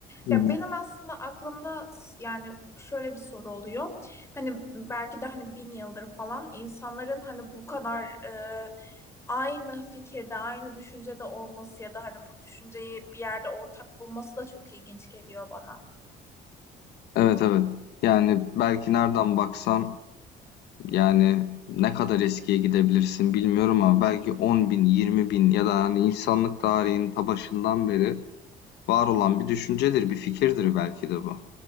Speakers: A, on the left; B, on the left.
A: Hı
B: Ya
A: hı.
B: benim aslında aklımda yani şöyle bir soru oluyor. Hani belki de hani bin yıldır falan insanların hani bu kadar e, aynı fikirde, aynı düşüncede olması ya da hani bu düşünceyi bir yerde ortak bulması da çok ilginç geliyor bana.
A: Evet, evet. Yani belki nereden baksan, yani, ne kadar eskiye gidebilirsin bilmiyorum ama belki 10.000, bin ya da, hani, insanlık tarihinin ta başından beri Var olan bir düşüncedir, bir fikirdir belki de bu.